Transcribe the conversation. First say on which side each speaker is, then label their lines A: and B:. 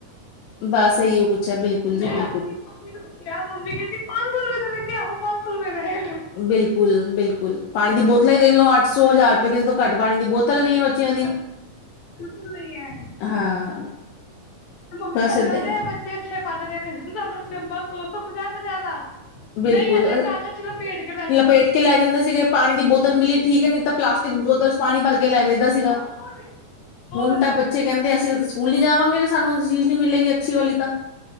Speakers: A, on the left; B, on the left.
A: ਬਸ, ਇਹੀ ਉਹ ਕੁੱਛ ਐ ਬਿਲਕੁਲ ਜੀ
B: ਮੈਂ
A: ਬਿਲਕੁਲ
B: ਆਪਣੀ ਮੰਮੀ ਕਿਹਾ, ਮੰਮੀ ਕਹਿੰਦੀ ਪਾ ਸ ਰੁਪਏ ਦੇ ਕਿਆਹੋ ਪੰਜ ਸੌ ਰੁਪਏ ਦੇ
A: ਬਿਲਕੁਲ ਬਿਲਕੁਲ, ਪਾਣੀ ਦੀ ਬੋ ਲਈ ਦੇਖੋ ਅੱਠ ਸੌ ਹਜ਼ਾਰ ਰੁਪਏ ਤੋਂ ਘੱਟ ਪਾਣੀ ਦੀ ਬੋਤਲ ਨੀ
B: ਬਿਲਕੁਲ
A: ਹੈ ਬੱਚਿਆਂ ਦੀ
B: ਬਿਲਕੁਲ ਨਹੀਂ ਐ,
A: ਹਾਂ
B: ਮੰਮੀ
A: ਬਸ
B: ਸਾਡੇ
A: ਏਦਾਂ
B: ਨਾਲੋ
A: ਹੀ
B: ਤੇ
A: ਹੈ।
B: ਬੱਚੇ ਅੱਛੇ ਪੜ੍ਹ ਰਹੇ ਨੇ ਸਾਨੂੰ ਡੱਬਾ ਪੰਜਾਹ ਪੰਜਾਹ ਦਾ-
A: ਬਿਲਕੁਲ
B: ਨਹੀਂ ਹੈ ਤੇ
A: ਆ
B: ਕਾਗਜ਼ ਚ ਲਪੇਟ ਕੇ ਲੈ ਜਾਓ
A: ਲਪੇਟ ਕੇ ਲੈ ਜਾਂਦੇ ਸੀਗੇ, ਪਾਣੀ ਦੀ ਬੋ ਤਲ ਮਿਲੀ ਠੀਕ ਐ, ਨਹੀਂ ਤਾਂ ਪਲਾਸਟਿਕ ਬੋਤਲ ਚ ਪਾਣੀ ਭਰ ਕੇ ਲੈ ਜਾਈ ਦਾ ਸੀਗਾ।
B: ਹੋਰ ਉਹ
A: ਹੁਣ ਤਾਂ ਬੱਚੇ ਕਹਿੰਦੇ ਅਸੀਂ ਸਕੂਲ ਨੀ ਜਾਵਾਂਗੇ ਜੇ ਸਾਨੂੰ ਚੀਜ਼ ਨਹੀਂ ਮਿਲੇਗੀ ਅੱਛੀ ਵਾਲੀ ਤਾਂ,